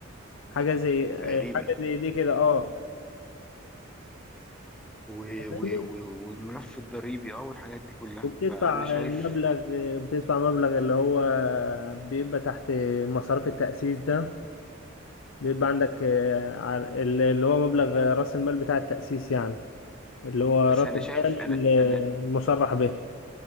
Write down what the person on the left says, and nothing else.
حاجة زي
حاجة زي دي كده اه
فاهمني
وبتدفع
مبلغ بتدفع مبلغ اللي هو بيبقى تحت مصاريف التأسيس ده بيبقى عندك آه، على- اللي هو مبلغ رأس المال بتاع التأسيس يعني اللي هو
راس
المال
المصرح به